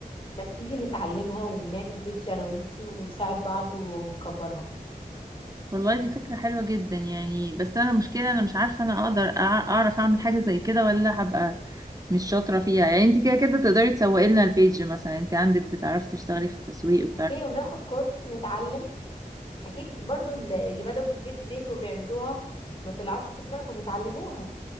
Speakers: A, on the left; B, on the right.
A: ما تيجي نتعلمها ونعمل بيدج انا وانتي ونساعد بعض ونكبرها
B: والله دي فكرة حلوة جدا يعني بس أنا مشكلة أنا مش عارفة أنا أقدر أع- أعرف أعمل حاجة زي كده ولا هبقى مش شاطرة فيها يعني أنت كده كده تقدري تسوقي لنا البيج مثلا أنت عندك بتعرفي تشتغلي في التسويق وبتعرفي
A: اوكي وناخد كورس نتعلم اكيد برضو اللي اللي بدأوا في البيدج ديت وبيعملوها ما طلعتش في دماغهم اتعلموها